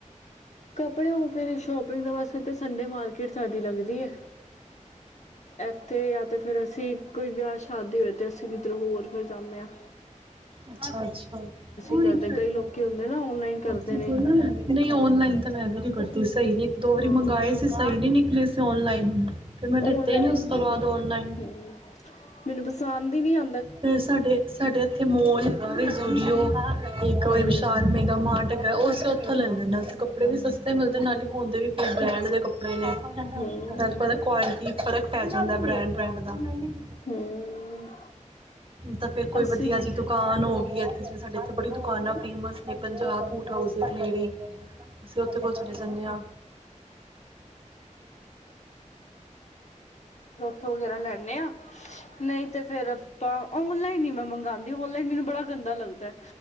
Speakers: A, on the left; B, on the right.
A: ਕੱਪੜੇ ਉਹ ਫਿਰ ਸ਼ੋਪਿੰਗ ਦੇ ਵਾਸਤੇ ਤਾਂ ਸੰਡੇ ਮਾਰ ਕੀਟ ਸਾਡੀ ਲੱਗਦੀ ਹੈ। ਇੱਥੇ ਜਾਂ ਤੇ ਫੇਰ ਅਸੀਂ ਕੋਈ ਵਿਆਹ ਸ਼ਾਦੀ ਹੋਏ ਤੇ ਅਸੀਂ ਇੱਧਰ ਹੋਰ ਫਿਰ ਜਾਂਨੇ ਆ।
B: ਅੱਛਾ-ਅੱਛਾ <unintelligible>
A: ਕਰਦੇ ਕਈ ਲੋਕੀ ਹੁੰਦੇ ਨਾ ਔਨਲਾਈਨ ਕਰਦੇ ਨੇ
B: ਨਹੀ ਔਨਲਾਈਨ ਤਾਂ ਮੈਂ ਵੀ ਨੀ ਕਰਦੀ ਸਹੀ ਨੀ ਇੱਕ-ਦੋ ਵਾਰੀ
A: ਹਾਂ
B: ਮੰਗਵਾਏ ਸੀ ਸਹੀ ਨੀ ਨਿਕਲੇ ਸੀ ਔਨਲਾਈਨ, ਫਿਰ ਮੈਂ ਲਿਤੇ
A: ਔਨਲਾਈਨ
B: ਨੀ ਉਸ ਤੋਂ ਬਾਅਦ ਔਨਲਾਈਨ।
A: ਹੂੰ ਮੈਨੂੰ ਪਸੰਦ ਹੀ ਨਹੀਂ ਆਂ
B: ਤੇ ਸਾਡੇ ਸਾਡੇ ਇੱਥੇ ਮੋਲ ਹੈਗਾ ਵੇ ਸਟੂਡੀਓ <unintelligible> ਇੱਕ ਵੇ
A: ਹੂੰ
B: ਇੱਕ ਵਿਸ਼ਾਲ ਮੇਗਾ ਮਾਟ ਹੈਗਾ ਉਸ ਤੋਂ ਉੱਥੋਂ ਲੈਂਦੇ ਨੇ ਉੱਥੇ ਕੱਪੜੇ ਵੀ ਸਸਤੇ ਮਿਲਦੇ ਨਾਲ ਹਣ ਦੇ ਵੀ ਬ੍ਰੈਂਡ ਦੇ ਕੱਪ ੜੇ ਨੇ
A: ਹੂੰ
B: ਜਦ ਪਤਾ ਕੁਆਲਟੀ ਫਰਕ ਪੈ ਜਾਂਦਾ ਬ੍ਰੈਂਡ-ਬ੍ਰੈਂਡ ਦਾ। <unintelligible>
A: ਹੂੰ
B: ਤਾਂ ਫੇਰ ਕੋਈ
A: ਅਸੀਂ
B: ਵਧੀਆ ਜੀ ਦੁਕਾਨ ਹੋ ਗਈ ਇੱਥੇ ਸਾਡੇ ਇੱਥੇ ਬੜੀ ਦੁਕਾਨਾਂ ਫੇਮਸ ਨੇ। ਪੰਜਾਬ ਬੂਟ ਹਾਊਸ ਦੇ ਨੇੜੇ ਅਸੀਂ ਉਥੇ ਕੋਲ ਚਲੇ ਜਾਂਦੇ ਹਾਂ
A: ਥੋਂ ਵਗੈਰਾ ਲੈਣੇ ਆ ਨਹੀਂ ਤੇ ਫਿਰ ਆਪਾਂ ਓਨਲਾਈਨ ਹੀ ਮੈਂ ਮੰਗਵਾਉਂਦੀ ਔਨਲਾਈਨ ਮੈਨੂੰ ਬੜਾ ਗੰਦਾ ਲੱਗਦਾ